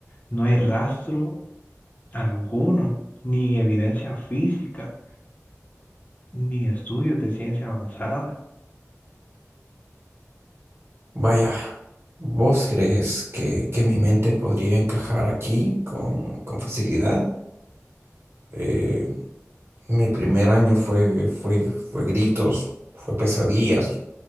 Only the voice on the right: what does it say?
Vaya, ¿vos crees que, que mi mente podría encajar aquí con, con facilidad? Eh, mi primer año fue, fue, fue gritos, fue pesadillas.